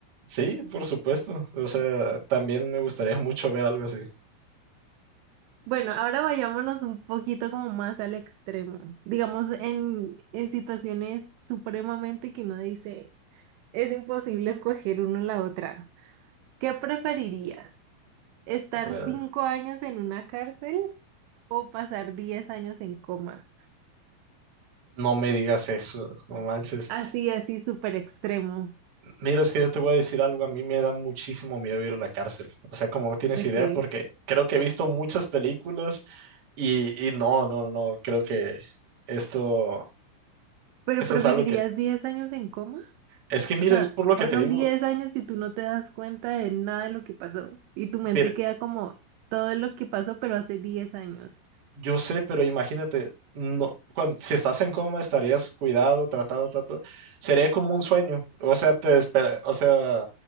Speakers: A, on the right (about 40°); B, on the right (about 80°).
A: Sí, por supuesto. O sea, también me gustaría mucho ver algo así.
B: Bueno, ahora vayámonos un poquito como más al extremo. Digamos, en, en situaciones supremamente que uno dice, es imposible escoger uno la otra. ¿Qué preferirías? ¿Estar
A: A ver,
B: cinco
A: a ver.
B: años en una cárcel o pasar diez años en coma?
A: No me digas eso, no manches.
B: Así, así, súper extremo.
A: Mira, es que yo te voy a decir algo, a mí me da muchísimo miedo ir a la cárcel. O sea, como no tienes
B: Ok.
A: idea, porque creo que he visto muchas películas y, y no, no, no, no, creo que esto,
B: ¿Pero
A: eso
B: preferirías
A: es algo que,
B: diez años en coma?
A: es que mira,
B: O sea,
A: es por lo que
B: pasan
A: te digo,
B: 10 años y tú no te das cuenta de nada de lo que pasó. Y tu mente
A: pero
B: queda como todo lo que pasó, pero hace diez años.
A: yo sé, pero imagínate, no, cuando, si estás en coma estarías cuidado, tratado, tratado, sería como un sueño, o sea, te espera, o sea,